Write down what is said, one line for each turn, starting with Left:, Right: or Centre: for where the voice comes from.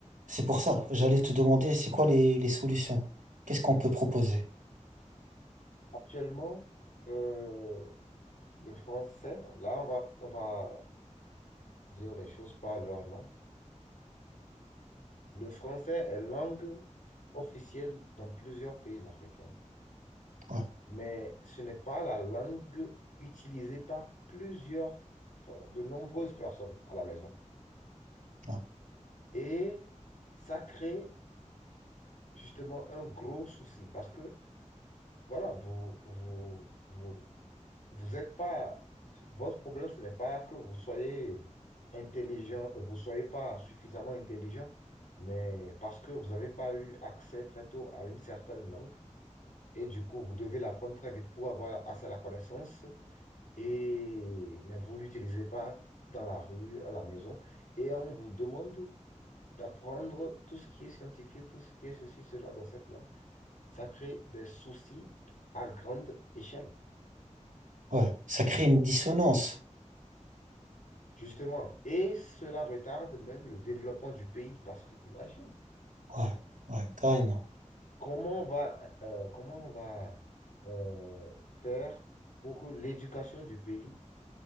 Right: C'est pour ça. J'allais te demander, c'est quoi les, les solutions? Qu'est-ce qu'on peut proposer?
Left: Actuellement, euh, le français, là, on va, on va dire les choses par leur nom. Le français est langue officielle dans plusieurs pays africains,
Right: Ouais,
Left: mais ce n'est pas la langue utilisée par plusieurs, enfin, de nombreuses personnes à la maison.
Right: ouais,
Left: Et ça crée justement un gros souci parce que, voilà, vous, vous, vous, vous êtes pas, votre problème, ce n'est pas que vous soyez intelligent, euh, vous soyez pas suffisamment intelligent, mais parce que vous n'avez pas eu accès très tôt à une certaine langue. Et du coup, vous devez l'apprendre très vite pour avoir assez la connaissance. Et, mais vous ne l'utilisez pas dans la rue, à la maison. Et on vous demande d'apprendre tout ce qui est scientifique, tout ce qui est ceci, cela dans cette langue, ça crée des soucis à grande échelle,
Right: ouais. Ça crée une dissonance.
Left: justement. Et cela retarde même le développement du pays parce que, imagine,
Right: Ouais, ouais, carrément.
Left: comment on va, euh, euh, comment on va euh, faire pour que l'éducation du pays,